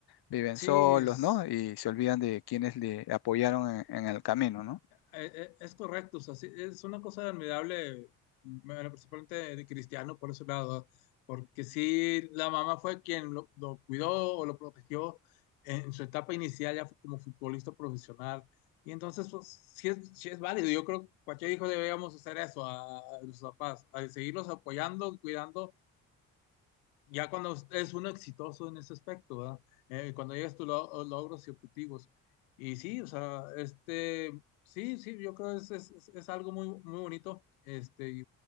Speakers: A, on the left (about 65°); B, on the left (about 85°).
A: Viven
B: Sí,
A: solos,
B: es,
A: ¿no? Y se olvidan de quienes le apoyaron en en el camino, ¿no?
B: Eh, eh, es correcto, o sea, sí, es una cosa admirable, bueno, principalmente de de Cristiano por ese lado, porque sí, la mamá fue quien lo, lo cuidó o lo protegió en su etapa inicial ya como futbolista profesional. Y entonces, pues, sí es, sí es válido. Yo creo que cualquier hijo deberíamos hacer eso a, a nuestros papás, a seguirlos apoyando, cuidando ya cuando es uno exitoso en ese aspecto, ¿verdad? Eh, cuando llegas tus lo- logros y objetivos. Y sí, o sea, este, sí, sí, yo creo que es, es, es- es algo muy, muy bonito. Este, y,